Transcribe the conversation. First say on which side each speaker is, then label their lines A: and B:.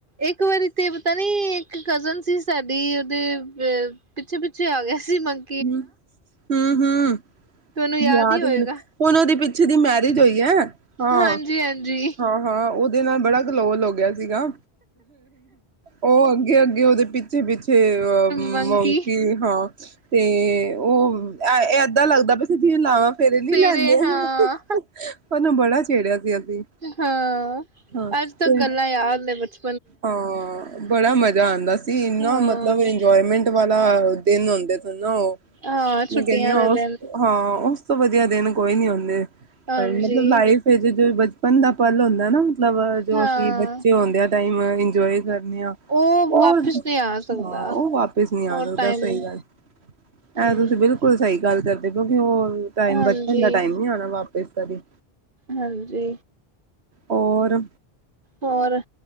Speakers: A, on the right (about 55°); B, on the right (about 80°).
A: ਇੱਕ ਵਾਰੀ ਤੇ ਪਤਾ ਨੀ ਇੱਕ ਕਜ਼ਨ ਸੀ ਸਾਡੀ ਓਦੇ ਪਿੱਛੇ-ਪਿੱਛੇ ਆ ਗਿਆ ਸੀ ਮੰ
B: ਹੂੰ-ਹੂੰ-ਹੂੰ
A: ਤੁਹਾਨੂੰ
B: ਯਾਦ
A: ਹੀ ਹੋਏਗਾ।
B: ਮੈਨੂੰ ਹੁਨ ਓਦੇ ਪਿੱਛੇ ਦੀ ਮੈਰਿਜ ਹੋਈ ਐ ਹਾਂ-
A: ਹਾਂਜੀ-ਹਾਂਜੀ,
B: ਹਾਂ-ਹਾਂ ਓਦੇ ਨਾਲ ਬੜਾ ਕਲੋਲ ਹੋ ਗੇਆ ਸੀਗਾ। ਓ ਅੱਗੇ-ਅੱਗੇ ਓਦੇ ਪਿੱਛੇ-ਪਿੱਛੇ ਅ
A: ਮੰਕੀ
B: ਮੋਂਕੀ ਹਾਂ ਤੇ ਓ ਐ ਐਦਾਂ ਲੱਗਦਾ ਪੇਆ ਸੀ ਜਿਵੇਂ ਲਾਵਾਂ ਫੇਰੇ ਨੀ
A: ਫੇਰ
B: ਲੈਂਨ
A: ਏ
B: ਦੇਆ
A: ਹਾਂ,
B: ਓਨੂੰ ਬੜਾ ਛੇੜਿਆ ਸੀ ਅਸੀਂ।
A: ਹਾਂ
B: ਹਾਂ
A: ਅੱਜ ਤਕ
B: ਤੇ
A: ਗੱਲਾਂ ਯਾਦ ਨੇ ਬਚ
B: ਹਾਂ। ਬੜਾ ਮਜ਼ਾ ਆਂਦਾ ਸੀ। ਏਨਾ
A: ਹਾਂ।
B: ਮਤਲਬ ਇੰਜੋਏਮੈਂਟ ਵਾਲਾ ਦਿਨ ਹੁੰਦੇ ਸਨ ਨਾ ਓ।
A: ਹਾਂ, ਛੁੱਟੀਆਂ
B: ਮੈਂ ਕਹਿੰਨੀ ਆ
A: ਦੇ
B: ਓਸ
A: ਦਿਨ,
B: ਹਾਂ। ਓਸ ਤੋਂ ਵਧੀਆ ਦਿਨ ਕੋਈ ਨੀ ਹੁੰਦੇ।
A: ਹਾਂਜੀ,
B: ਮਤਲਬ ਲਾਈਫ ਚ ਜੋ ਬਚਪਨ ਦਾ ਪਲ ਹੁੰਦਾ ਨਾ ਮਤਲਬ ਜੋ
A: ਹਾਂ।
B: ਅਸੀ ਬੱਚੇ ਹੁੰਦੇ ਆ ਟਾਈਮ ਇੰਜੋਏ ਕਰਨੇ ਆਂ।
A: ਉਹ
B: ਓ
A: ਵਾਪਿਸ
B: ਹਾਂ
A: ਨਹੀਂ ਆ ਸਕਦਾ
B: ਓ ਵਾਪਿਸ ਨੀ ਆ
A: ਉਹ
B: ਸਕਦਾ।
A: ਟਾਈਮ
B: ਸਹੀ ਗੱਲ
A: ਹਮ
B: ਐਂ ਤੁਸੀ ਬਿਲਕੁਲ ਸਹੀ ਗੱਲ ਕਰਦੇ ਪੇਓ ਕਿ ਓ ਟਾਈਮ
A: ਹਾਂਜੀ
B: ਬਚਪਨ ਦਾ ਟਾਈਮ ਨੀ ਆਉਣਾ ਵਾਪਿਸ ਕਦੀ।
A: ਹਾਂਜੀ।
B: ਹੋਰ।
A: ਹੋਰ।